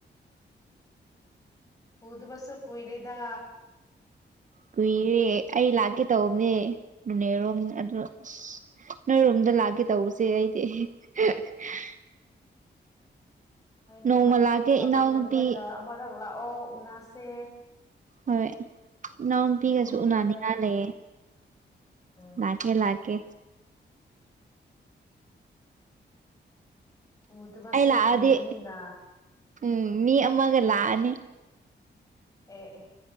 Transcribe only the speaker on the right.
ꯀꯨꯏꯔꯦ ꯑꯩ ꯂꯥꯛꯀꯦ ꯇꯧꯕꯅꯦ ꯅꯦꯔꯣꯝ ꯑꯗꯨ ꯥ <unintelligible> ꯅꯣꯏꯔꯣꯝꯗ ꯂꯥꯛꯀꯦ ꯇꯧꯕꯁꯦ ꯑꯩꯗꯤ <unintelligible>
ꯅꯣꯡꯃ
ꯂꯥꯛꯀꯦ
ꯏꯅꯥꯎꯅꯨꯄꯤ
ꯍꯣꯏ ꯏꯅꯥꯎ ꯅꯨꯄꯤꯒꯁꯨ
ꯎꯅꯅꯤꯡꯉꯥꯢ ꯂꯩꯌꯦ
ꯂꯥꯛꯀꯦ ꯂꯥꯛꯀꯦ
ꯑꯩ ꯂꯥꯛꯑꯗꯤ
ꯎꯝ ꯃꯤ ꯑꯃꯒ ꯂꯥꯛꯑꯅꯤ